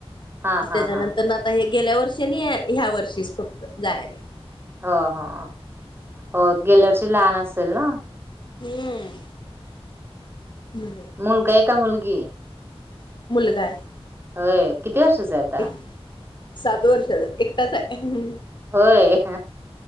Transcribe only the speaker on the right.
हा हा
हा
हो, हो, हो गेल्या वर्षी लहान असेल ना.
मुलगा, आहे का, मुलगी?
होय, किती वर्षाचा आहे? आता
होय.